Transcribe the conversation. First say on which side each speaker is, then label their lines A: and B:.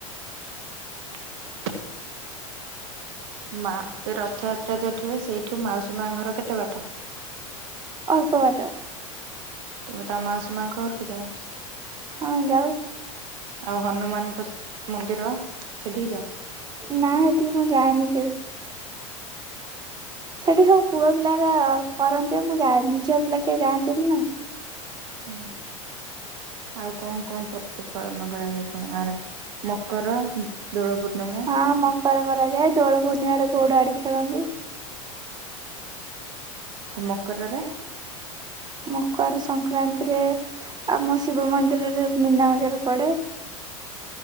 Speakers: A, on the right; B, on the right.
A: ହ ମା ସେ ରଥଯାତ୍ରା ଯେଉଁଠିୁ ହୁଏ ସେଇଠୁ ମାଉସୀ ମା ଘର କେତେ ବାଟ?
B: ଅଳ୍ପ ବାଟ।
A: ତୁମେ ତା ମାଉସୀ ମାଆଙ୍କ ଘରକୁ ଯାଅ
B: ହଁ ଯାଉ।
A: ଆଉ ହନୁମାନ ପ୍ ତ୍ ମନ୍ଦିର ସେଠିକି ଯାଅ।
B: ନା ହେଠିକି ମୁଁ ଯାଏନି କେବେ। ସେଇଠି ସବୁ ପୁଅ ପିଲାରା କରନ୍ତି ମୁଁ ଯାଏନି ଝିଅ ପିଲା କେହି ଯାଆନ୍ତିନି ନା।
A: ହୁଁ ଆଉ କଣ କଣ ପର୍ବ ପାଳନ କରାଯାଏ। ତମ ଗାଁରେ। ମକର ଦୋଳପୂର୍ଣ୍ଣମା
B: ହଁ ମକର କରାଯାଏ। ଦୋଳ ପୂର୍ଣ୍ଣିମରେ ଗୋଉଡ଼ ବାଡି଼ ଖେଳନ୍ତି।
A: ଆଉ ମକରରେ
B: ମକର୍ ସଂକ୍ରାନ୍ତିରେ ଆମ ଶିବ ମନ୍ଦିରରେ ମୀନା ବଜାର ପଡ଼େ।